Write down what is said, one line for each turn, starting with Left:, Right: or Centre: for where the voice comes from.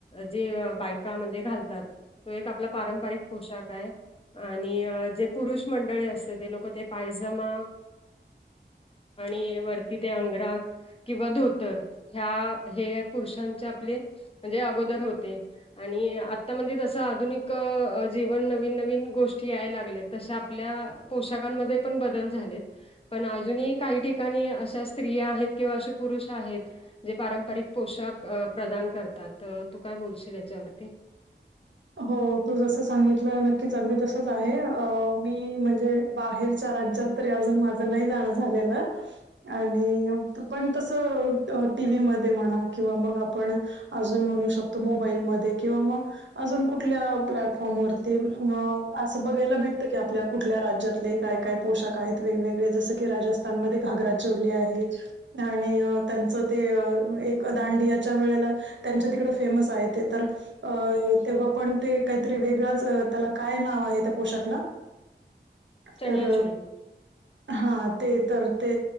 Left: जे बायका म्हणजे घालतात. तो एक आपला पारंपारिक पोशाख आहे. आणि जे पुरुष मंडळी असते ते लोक ते पायजमा आणि वरती ते अंगराक. किंवा धोतर ह्या हे पुरुषांचे आपले म्हणजे अगोदर होते. आणि आता म्हणजे जसं आधुनिक जीवन नवीन नवीन गोष्टी याय लागल्यात जश्या आपल्या. पोशाकांमध्ये पण बदल झालेत. पण अजूनही काही ठिकाणी अशा स्त्रिया आहेत किंवा असे पुरुष आहेत. जे पारंपारिक पोषाख प्रदान करतात तू काय बोलशील याच्यावरती.
Right: हो तू जस सांगितलं नक्कीच अगदी तसच आहे मी म्हणजे बाहेरच्या राज्यात तरी अजून माझं नाही जाणं झालेलं. आणि पण तसं टी व्ही मध्ये म्हणा किंवा मग आपण अजून म्हणू शकतो मोबाईलमध्ये किंवा मग अजून कुठल्या प्लॅटफॉर्मवरती अ असं बघायला भेटतं की आपल्या कुठल्या राज्यात काय काय पोशाख आहेत वेगवेगळे जस की राजस्थान मध्ये घागरा चोली आहे. आणि त्यांचं ते एक दांडियाच्या वेळेला त्यांच्या तिकड फेमस आहे ते तर अ तेव्हा पण ते काहीतरी वेगळंच त्याला काय नाव आहे त्या पोशाखला?
Left: चनिया
Right: तर
Left: चोली <unintelligible>
Right: हा ते तर ते